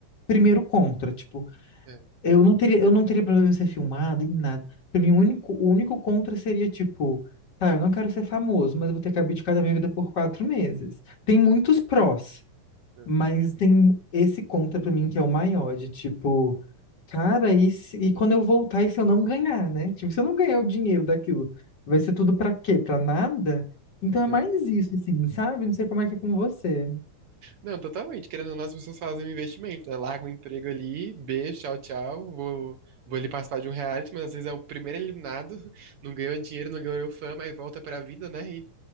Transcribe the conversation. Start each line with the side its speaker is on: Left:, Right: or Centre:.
Left: primeiro contra, tipo
Right: É,
Left: eu não teria, eu não teria problema em ser filmado, em nada. Pra mim, o único, o único contra seria, tipo, tá, eu não quero ser famoso, mas eu vou ter que abdicar da minha vida por quatro meses. Tem muitos prós,
Right: é,
Left: mas tem esse contra pra mim que é o maior, de tipo, cara, e, se- e quando eu voltar, e se eu não ganhar, né? Tipo, se eu não ganhar o dinheiro daquilo, vai ser tudo pra quê? Pra nada? Então é
Right: é.
Left: mais isso, assim, sabe? Não sei como é que é com você.
Right: Não, totalmente. Querendo ou não, as pessoas fazem um investimento, né? Larga o emprego ali, beijo, tchau, tchau. Vou, vou ali participar de um reality, mas às vezes é o primeiro eliminado, <laughs> não ganhou dinheiro, não ganhou fama, aí volta pra vida, né? E